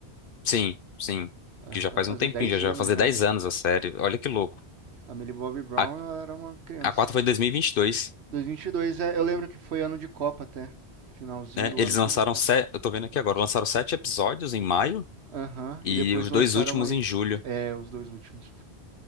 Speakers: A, on the left; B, on the right.
A: sim, sim,
B: É,
A: que já
B: vai
A: faz
B: fazer
A: um tempinho,
B: 10
A: já, já
B: anos
A: vai fazer
B: já,
A: 10
B: né?
A: anos a série. Olha que louco.
B: A Millie Bobby Brown
A: A,
B: era uma criança.
A: a 4 foi de dois, mil e vinte e dois,
B: dois mil e vinte e dois é, eu lembro que foi ano de Copa até. Finalzinho
A: né?
B: do
A: Eles
B: ano
A: lançaram
B: teve a Copa.
A: sete, eu tô vendo aqui agora, lançaram sete episódios em maio
B: Aham, uhum.
A: e
B: e depois
A: os
B: lançaram
A: dois últimos
B: mais
A: em julho.
B: é, os dois últimos.